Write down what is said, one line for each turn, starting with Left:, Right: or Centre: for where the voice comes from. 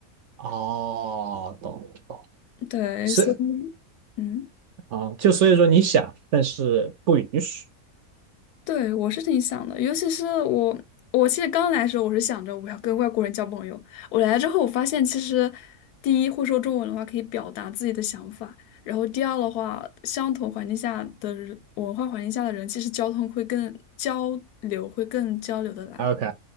Right: 哦，懂懂，
Left: <laughs> 对，
Right: 是
Left: 所以，嗯。
Right: 啊，就所以说你想，但是不允许。
Left: 对，我是挺想的，尤其是我，我其实刚来的时候，我是想着我要跟外国人交朋友。我来了之后，我发现其实，第一会说中文的话，可以表达自己的想法；然后第二的话，相同环境下的人文化环境下的人，其实交通会更交流，会更交流的来。
Right: OK，